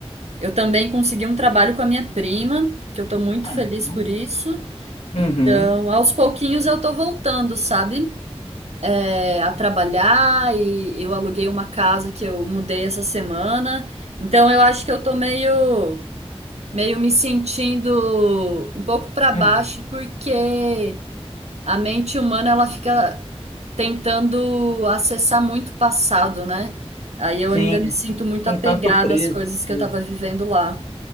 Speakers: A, on the right; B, on the left.
A: eu também consegui um trabalho com a minha prima, que eu tô muito
B: Ah,
A: feliz
B: então.
A: por isso.
B: Uhum.
A: Então, aos pouquinhos eu tô voltando, sabe? É, a trabalhar e eu aluguei uma casa que eu mudei essa semana. Então, eu acho que eu tô meio meio me sentindo um pouco para baixo
B: Uhum.
A: porque a mente humana ela fica tentando acessar muito o passado, né? Aí eu
B: Sim,
A: ainda me sinto muito
B: com
A: apegada
B: tanto preso
A: às coisas
B: mesmo.
A: que eu tava vivendo lá.